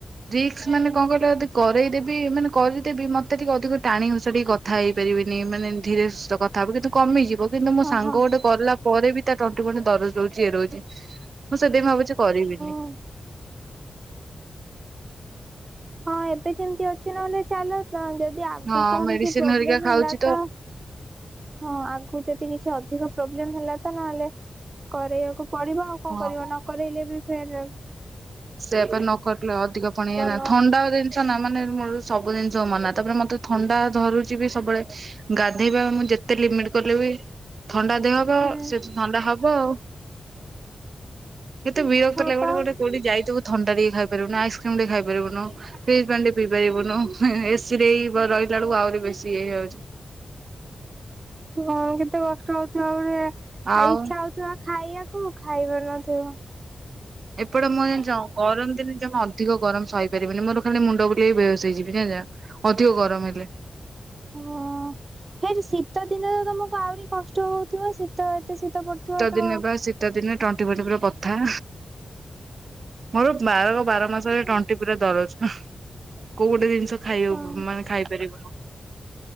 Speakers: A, on the right; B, on the right.
A: ରିକ୍ସ ମାନେ କଣ କହିଲ ଯଦି କରେଇ ଦେବି ମାନେ କରିଦେବି ମତେ ଟିକେ ଅଧିକ ଟାଣିଘୋଷାଡି କ କଥା ହେଇପାରିବିନି ମାନେ ଧୀରେ ସୁସ୍ଥେ କଥା ହବୁ କିନ୍ତୁ କମିଯିବ କିନ୍ତୁ ମୋ
B: ଓହୋ
A: ସାଙ୍ଗ ଗୋଟେ କଲା ପରେ ବି ତା ତଣ୍ଟି ଫଣ୍ଟି ଦରଜ ରହୁଛି ଇଏ ରହୁଛି ମୁଁ ସେଥିପାଇଁ ଭାବୁଛି କରିବିନି।
B: ହଁ। ହଁ ଏବେ ଯେମିତି ଅଛି ନହେଲେ ଚାଲ ଯଦି ଆଗକୁ
A: ହଁ ମେଡିସିନ
B: କିଛି ପ୍ରୋବ୍ଲେମ
A: ହେରିକା ଖାଉଛି
B: ହେଲା ତ ହଁ ଆଗରୁ ଯଦି କିଛି ଅଧିକ ପ୍ରୋବ୍ଲେମ ହେଲା ତ ନହେଲେ କରରେଇବାକୁ ପଡିବ ଆଉ କଣ
A: ହଁ
B: କରିବ ନକରେଇଲେ ବି ଫେରେ
A: ସେ ପା ନକରଲେ ଅଧିକ ପୁଣି ଏଇ ନା
B: ନୁହଁ
A: ଥଣ୍ଡା ଦିନ୍ ଛନା ମାନେ ମୂଳରୁ ସବୁ ଜିନିଷ ମନା ତାପରେ ମତେ ଥଣ୍ଡା ଧରୁଛି ବି ସବୁବେଳେ। ଗାଧେଇବା ମୁଁ ଯେତେ ଲିମିଟ କରିଲେବି ଥଣ୍ଡା ଦେହ ଵ
B: ହୁଁ
A: ସେଠୁ ଥଣ୍ଡା ହବ ଆଉ କେତେ ବିରକ୍ତ
B: ହଁ
A: ଲାଗେ
B: ପା
A: ଗୋଟେ ଗୋଟେ କୋଉଠି ଯାଇ ଥିବୁ ଥଣ୍ଡା ଟିକେ ଖାଇ ପରିବୁନା ଆଇସ୍କ୍ରିମ ଟେ ଖାଇ ପାରିବୁନୁ। ଫ୍ରିଜ୍ ପାଣି ଟି ପିଇ ପାରିବୁନୁ ହେଁ ହେଁ ଏସି ରେ ରହିଲା ବେଳକୁ ଆହୁରି ବେଶୀ ଇଏ ହେଇଯାଉଛି।
B: ହଁ କେତେ କଷ୍ଟ ହଉଥିବା ଗୋଟେ
A: ଆଉ
B: ଇଛା ହଉ ଥିବ ଖାଇବାକୁ ଖାଇ ପାରୁନଥିବ
A: ଏପଟେ ମୁଁ ଜାଣିଛ କରନ୍ତିିନି। ମତେ ମ ଅଧିକ ଗରମ ସହିପାରିବିନି ମୋର ଖାଲି ମୁଣ୍ଡ ବୁଲେଇ ବେହୋସ ହେଇଯିବି ଜାଣିଛନା ଅଧିକ ଗରମ ହେଲେ।
B: ଅ ଫେର ଶୀତ ଦିନେ ତ ତମକୁ ଆହୁରି କଷ୍ଟ ହଉଥିବ ଶୀତ ଏତେ ଶୀତ ପଢୁଥିବ ତ
A: ଦିନେ ବା ଶୀତ ଦିନେ ଟଣ୍ଟି ଫଣ୍ଟି ପୁରା ବଥା। ମୋର ବାରକ ବାର ମାସରେ ଟଣ୍ଟି ପୁରା ଦରଜ କୋଉ ଗୋଟେ ଜିନିଷ ଖାଇବାକୁ
B: ହଁ
A: ମାନେ ଖାଇପାରିବୁନୁ।